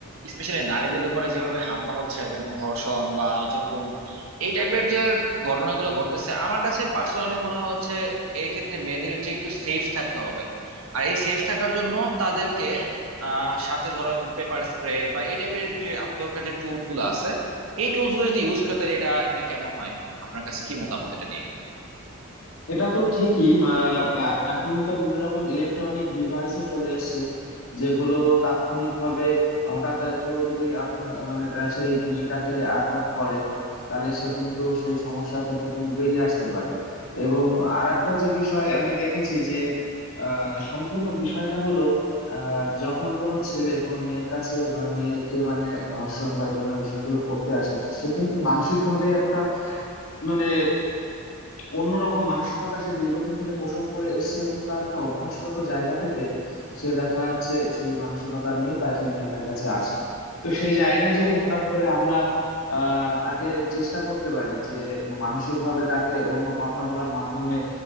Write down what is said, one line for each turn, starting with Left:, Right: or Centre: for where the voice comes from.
Right: স্পেশালি নারীদের উপরে যেভাবে হামলা হচ্ছে যেমন ধর্ষণ বা হচ্ছে খুন এই টাইপের যে ঘটনাগুলো ঘটতেছে আমার কাছে পার্সোনালি মনে হচ্ছে এই ক্ষেত্রে মেয়েদের ঠিক একটু সেফ থাকতে হবে আর এই সেফ থাকার জন্য তাদেরকে আহ, সাথে ধরো যে পেপার স্প্রে বা এই টাইপের যে আত্মরক্ষার যে টুলস গুলো আছে এই টুলস গুলো যদি ইউজ করে তাহলে এটা নিয়ে কেমন হয় আপনার কাছে কি মতামত এটা নিয়ে
Left: এটা তো ঠিকই মা, এ- এখন তো বিভিন্ন রকম ইলেকট্রনিক ডিভাইসও চলে এসেছে যেগুলো তাৎক্ষণিকভাবে হঠাৎ কেউ যদি আপনার মানে তার সেই মেয়েটাকে অ্যাটাক করে তাহলে সে কিন্তু সেই সমস্যা থেকে কিন্তু বেরিয়ে আসতে পারে এবং আরেকটা যে বিষয় আমি দেখেছি যে আহ, সম্পূর্ণ বিষয়টা হলো আহ, যখন কোনো ছেলে কোনো মেয়ের কাছে বা মেয়েকে মানে ধর্ষণ বা এই ধরনের বিষয়গুলো করতে আসে সে কিন্তু মানসিকভাবে একটা মানে অন্যরকম মানসিকতা সে দীর্ঘদিন ধরে পোষণ করে এসছে এবং তার একটা অভ্যাসগত জায়গা থেকে সে দেখা যাচ্ছে সেই মানসিকতা নিয়ে তার সেই মেয়েটার কাছে আসে তো সেই জায়গায় যদি হঠাৎ করে আমরা আহ তাকে চেষ্টা করতে পারি যে মানসিকভাবে তাকে অন্য কথা বলার মাধ্যমে